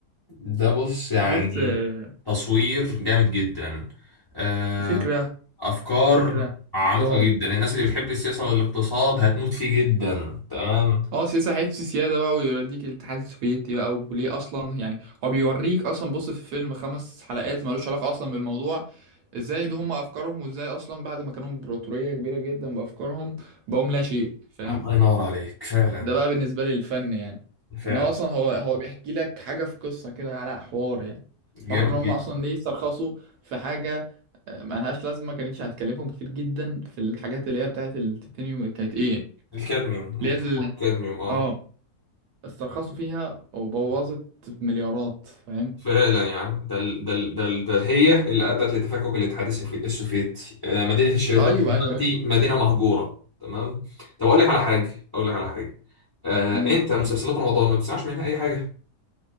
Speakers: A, on the left; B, on the right.
A: ده بص يعني
B: شفت آه،
A: تصوير جامد جدا آه،
B: فكره
A: افكار
B: فكره
A: عميقه
B: اخراج
A: جدا الناس اللي بتحب السياسه والاقتصاد هتموت فيه جدا تمام
B: اه سياسه حته سياده بقى ويوريك الاتحاد السوفيتي بقى وليه اصلا يعني هو بيوريك اصلا بص في فيلم خمس حلقات ملوش علاقه اصلا بالموضوع ازاي دي هم افكارهم وازاي اصلا بعد ما كانوا امبراطورية كبيرة جدا بافكارهم بقوم لا شيء فاهم
A: الله ينور عليك فعلا
B: ده بقى بالنسبة لي الفن يعني
A: فعلا
B: ان هو اصلا هو هو بيحكي لك حاجة في قصة كده على حوار يعني
A: جامد
B: حوار ان هم
A: جدا
B: اصلا ليه استرخصوا في حاجة آه، ملهاش لازمة ما كانتش هتكلفهم كتير جدا في الحاجات اللي هي بتاعت التيتانيوم كانت ايه
A: الكادميوم
B: اللي هي ال-
A: مخدرات الكادميوم اه
B: اه استرخصوا فيها وبوظت مليارات فاهم
A: فعلا يا عم ده ال- ده ال- ده ال- ده هي اللي ادت لتفكك الاتحاد السوفي- السوفيتي آه، مدينه الشيرنوبل
B: ايوه
A: دلوقتي
B: ايوه ايوه
A: مدينه مهجوره تمام طب اقول لك على حاجه اقول لك على حاجه آه،
B: مم.
A: انت مسلسلات رمضان ما بتسمعش منها اي حاجه